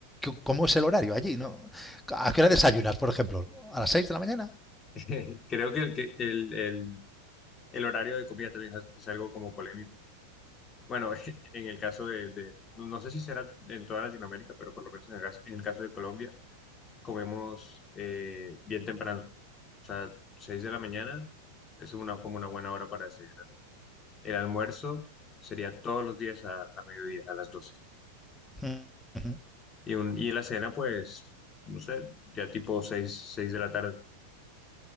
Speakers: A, in the centre; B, on the left (about 25°).
A: ¿cómo es el horario allí? ¿no? ¿A qué hora desayunas, por ejemplo? ¿A las 6 de la mañana?
B: <laughs> Creo que, el, que el- el- el horario de comida también es, es algo como polémico. Bueno, <laughs> en el caso de, de- no no sé si será en toda Latinoamérica, pero por lo menos en el caso, en el caso de Colombia, comemos eh, bien temprano. O sea, 6 de la mañana es una, como una buena hora para desayunar. El almuerzo sería todos los días a, a mediodía, a las doce
A: Mm,
B: Y, un, y la cena, pues, no sé, ya tipo seis, seis de la tarde.